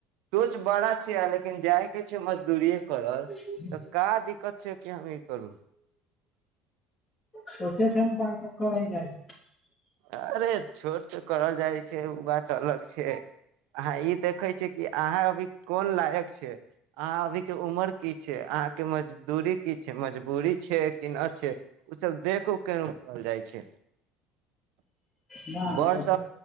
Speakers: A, on the right (about 75°); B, on the left (about 35°).
A: सोंच बड़ा छै लेकिन जायके छै मजदूरीेये करल
B: <unintelligible>
A: तऽ का दिक्कत छै कि हम ई करू
B: सोचे छै ने बार पकरइ जाइ
A: अरे छोट सय करल जाइ छै ओ बात अलग छै आ ई देखे छी की अहां अभी कोन लायक छ अहाँ अभी के उमर की छै अहाँ के मजदूरी की छै मजबूरी छै कि नहि छै ओ सब देखो केन करल जाई छै
B: न
A: बड़
B: देख